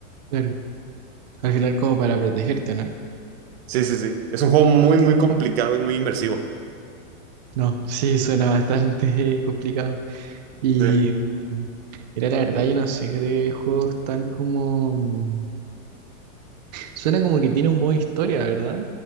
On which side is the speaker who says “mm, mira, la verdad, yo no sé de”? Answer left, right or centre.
Right